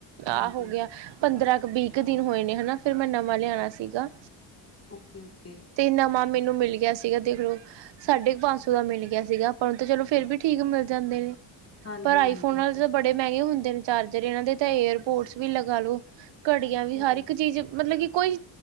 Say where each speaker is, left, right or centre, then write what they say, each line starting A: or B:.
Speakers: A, on the left; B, on the right.
A: ਹਾਂਜੀ
B: ਆਹ ਹੋ ਗਿਆ ਪੰਦਰਾਂ ਕੁ ਵੀਹ - ਕੁ ਦਿਨ ਹੋਏ ਨੇ ਹਨਾ। ਫਿਰ ਮੈਂ ਨਵਾਂ ਲਿਆਣਾ ਸੀਗਾ।
A: Okay- okay.
B: ਤੇ ਨਵਾਂ ਮੈਨੂੰ ਮਿਲ ਗਿਆ ਸੀਗਾ ਦੇਖ ਲਓ। ਸਾਢੇ ਕੁ ਪੰਜ ਸੌ ਦਾ ਮਿਲ ਗਿਆ ਸੀਗਾ। ਪਰ ਹੁਣ ਤਾਂ ਚਲੋ ਫਿਰ ਵੀ ਠੀਕ ਮਿਲ ਜਾਂਦੇ ਨੇ।
A: ਹਾਂਜੀ-ਹਾਂਜੀ
B: ਪਰ ਆਈਫੋਨਾ ਦੇ ਤਾਂ ਬੜੇ ਮੈਗੇ ਹੁੰਦੇ ਨੇ। ਚਾਰਜਰ ਏਨਾਂ ਦੇ ਤਾਂ ਏਅਰਪੋਰਟਸ ਵੀ ਲਗਾ ਲੋ। ਘੜੀਆਂ ਵੀ
A: ਉਹੀ
B: ਹਰ ਇੱਕ ਚੀਜ਼ ਮਤਲਬ ਕੀ। ਕੋਈ